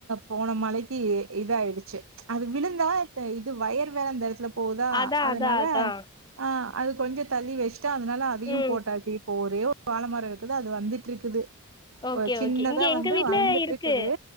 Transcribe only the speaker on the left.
அதா
அதா அதா
ம்
ஓகே
ஓகே இங்க எங்க
வீட்ல
இருக்கு